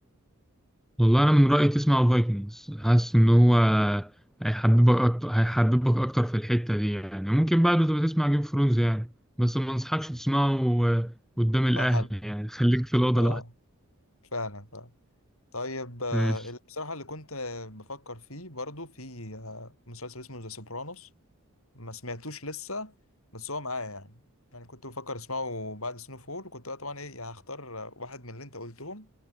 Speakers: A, in the centre; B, on the left.
A: والله انا من رايي تسمع الفايكنجز حاسس ان هو هيحببك اكتر هيحببك اكتر في الحته دي يعني ممكن بعده تبقى تسمع جيم اوف ثرونز يعني بس ما انصحكش تسمعه آه، قدام
B: مع
A: الاهل
B: فايك حد
A: يعني خليك في الاوضه
B: اه فعلا فعلا طيب آه،
A: لوحدك
B: اللي- بصراحه اللي كنت آه، بفكر فيه برضو في آه، مسلسل اسمه ذا سوبرانوس ما سمعتوش لسه بس هو معايا يعني يعني كنت بفكر اسمعه بعد سنو فول وكنت بقى طبعا ايه يا هختار آه، واحد من اللي انت قلتهم